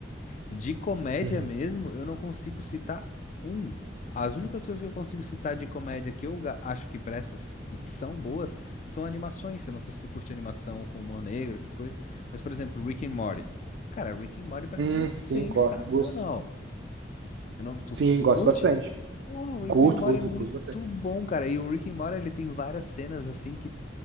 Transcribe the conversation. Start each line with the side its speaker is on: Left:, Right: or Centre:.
Left: De comédia
Right: <laughs> uhum.
Left: mesmo, eu não consigo citar um. As únicas coisas que eu consigo citar de comédia que eu ga- acho que prestas e que são boas são animações. Eu não sei se tu curte animação com humor negro, essas coisas. Mas, por exemplo, Rick and Morty. Cara, Rick and Morty pra
Right: Hum,
Left: mim é sensacional.
Right: sim, gosto, gosto.
Left: Eu não, tu,
Right: Sim,
Left: tu
Right: gosto
Left: curte?
Right: bastante.
Left: Pô, o Rick
Right: Curto,
Left: and Morty
Right: curto,
Left: é muito
Right: curto bastante.
Left: bom, cara. E o Rick and Morty, ele tem várias cenas assim que